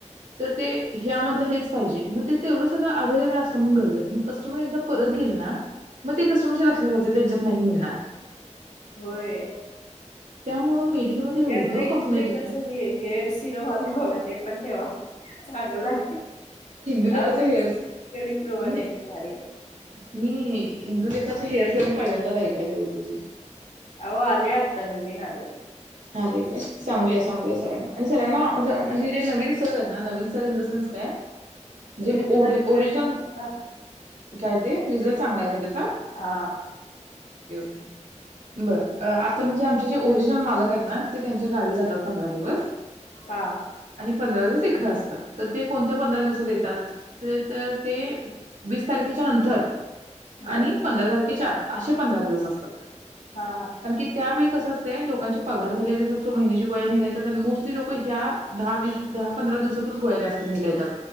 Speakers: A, on the right; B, on the left.
A: तर ते ह्या मधल हेच पाहिजे म ते तेवढं सगळं अवेलेबल मग गरजे आहे मग कस्टमर एकदा परत गेल ना मग ते कस्टमरच्या लक्षात रहातय त्यांच्या ते नाही मिळ
B: होय
A: त्यामुळं मेडिकलमध्ये एवढं
B: ते आता इंदुलेखाचे
A: कॉस्मेटिक आहे
B: हे हेअर सिरम आले बघा ते पण ठेवा चांगलं आहे
A: इंदुलेखाचं
B: अ खरच
A: हेअर
B: की प्रोन
A: मी
B: आहे त भारी
A: मी इंदुलेखाच हेअर सिरम पहिल्यांदाच ऐकायले बघ तुझीच
B: हो आले आत्ता नवीन आले
A: आलेय काय सांगूया सांगूयाझ सराना सरांना म्हणजे जे नवीन सर आहेत ना नवीन सर इन द स नसकाय
B: तरी
A: जे
B: त्याचा
A: ओ
B: रिझल्ट
A: ओरिजनल
B: चांगला ना
A: काय ते रिझल्ट चांगला आहेय काय?
B: हा
A: बर आता म्हणजे आमचे जे ओरिजनल जे मालक आहेत ना ते त्यांच्या गावी जातात पंधरा दिवस
B: हा
A: आणि पंधरा दिवस इकडं असतात तर ते कोणत्या पंधरा दिवसात येतात ते तर ते वीस तारखेच्या नंतर
B: बर.
A: आणि पंधरा तारखेच्या आत. असे पंधरा दिवस असतात
B: हा
A: की त्यावेळी कसं असतं. लोकांचे पगार झालेले असतात सो महिन्याच्या गोळ्या न्यायल येतात आणि मोस्टली लोक ह्या दहा वीस दहा पंधरा दिवसातच गोळ्या जास्त न्यायला येतात.